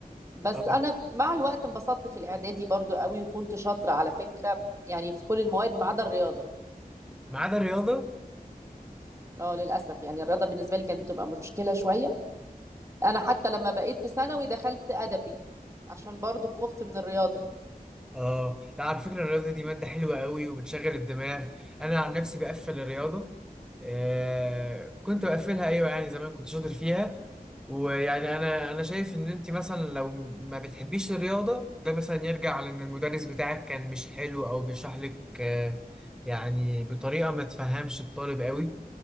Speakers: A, on the right (about 20°); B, in the centre.
A: بس
B: آه.
A: أنا مع الوقت انبسطت في الإعدادي برضو قوي وكنت شاطرة على فكرة يعني في كل المواد ما عدا الرياضة
B: ما عدا الرياضة
A: اه للأسف يعني الرياضة بالنسبة لي كانت بتبقى مشكلة شوية انا حتى لما بقيت في ثانوي دخلت ادبي عشان برضو خفت من الرياضه
B: اه لا على فكرة الرياضة دي مادة حلوة قوي وبتشغل الدماغ انا عن نفسي بقفل الرياضة آه كنت بقفلها ايوه يعني زمان كنت شاطر فيها ويعني انا انا شايف ان انت مثلا لو ما بتحبيش الرياضة ده مثلا يرجع لان المدرس بتاعك كان مش حلو او بيشرح لك آه يعني بطريقة ما تفهمش الطالب قوي